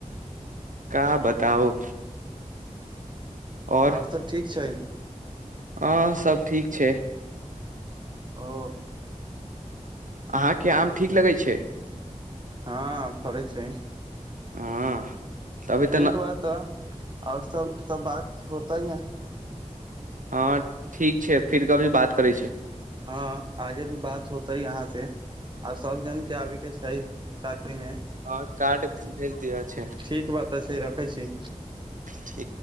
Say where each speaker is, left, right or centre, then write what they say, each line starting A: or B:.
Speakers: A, on the right; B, on the right.
A: का बताउ और
B: आओर सभ ठीक छै
A: हँ सब ठीक छै
B: ओ
A: अहाँके आम ठीक लगैत छै
B: हँ फड़ै छै
A: हँ तभी
B: ठीक
A: तऽ न
B: बात तऽ आओर सब तऽ बात होता ही है
A: हँ ठीक छै फिर कभी बात करै छै
B: हँ आगे भी बात होतै ह अहाँ से आर सब जन के आबे के छै ओहि मे
A: और कार्ड भेज दिय छै
B: ठीक बात तऽ छै रखै छी
A: ठीक